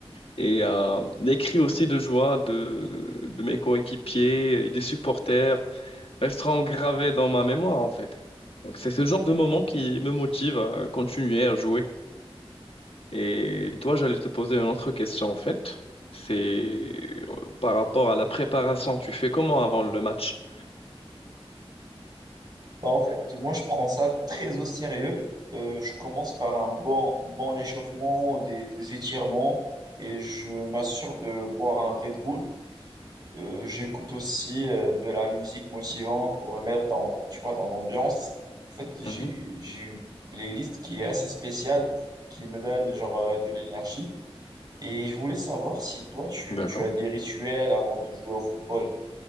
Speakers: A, on the left; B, on the right.
A: Et euh, les cris aussi de joie de, de mes coéquipiers et des supporters resteront gravés dans ma mémoire, en fait. Donc, c'est ce genre de moment qui me motive à continuer à jouer. Et toi, j'allais te poser une autre question en fait. C'est euh, par rapport à la préparation, tu fais comment avant le match?
B: Bah, en fait, moi, je prends ça très au sérieux. Euh, je commence par un bon, bon échauffement, des, des étirements, et je m'assure de boire un Red Bull. Euh, j'écoute aussi euh, de la musique motivante pour me mettre dans, tu vois, dans l'ambiance. En fait, j'ai,
A: Mhm.
B: j'ai une playlist qui est assez spéciale, qui me donne genre euh, de l'énergie. Et je voulais savoir si toi, tu,
A: D'accord.
B: tu as des rituels avant de jouer au football.